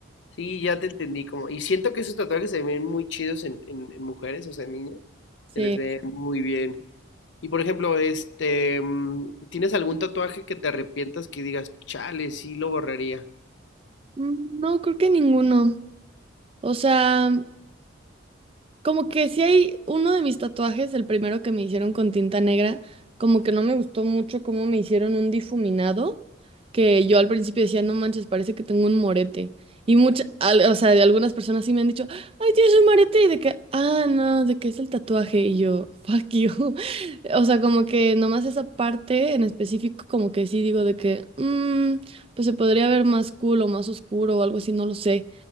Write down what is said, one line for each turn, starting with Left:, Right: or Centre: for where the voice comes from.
Left: Sí, ya te entendí, como, y siento que esos tatuajes se ven muy chidos en, en, en mujeres, o sea, en niñas,
Right: Sí.
Left: se les ve muy bien. Y por ejemplo, este, mm, ¿tienes algún tatuaje que te arrepientas que digas, chale, sí lo borraría?
Right: Mm, No, creo que ninguno. O sea, Como que si hay uno de mis tatuajes, el primero que me hicieron con tinta negra, como que no me gustó mucho cómo me hicieron un difuminado, que yo al principio decía, no manches, parece que tengo un morete. Y muchas, o sea, de algunas personas sí me han dicho, ay, tienes un morete, y de que, ah, no, de que es el tatuaje, y yo, fuck you. <laughs> O sea, como que nomás esa parte en específico, como que sí digo de que, "Mm, pues se podría ver más cool o más oscuro o algo así, no lo sé